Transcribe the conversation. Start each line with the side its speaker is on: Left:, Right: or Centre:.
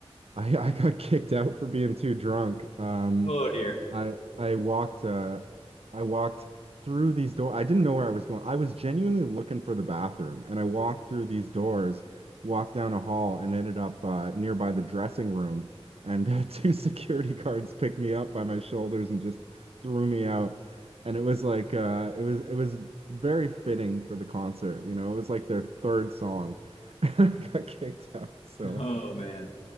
Right: I, I got kicked out for being too drunk. Um,
Left: Oh dear.
Right: I I walked uh, I walked through these doors. I didn't know where I was going. I was genuinely looking for the bathroom, and I walked through these doors, walked down a hall, and ended up uh, nearby the dressing room. And uh, <laughs> two security guards picked me up by my shoulders and just threw me out. And it was like uh, it was it was very fitting for the concert. You know, it was like their third song. <laughs> I got kicked out. So.
Left: Oh man.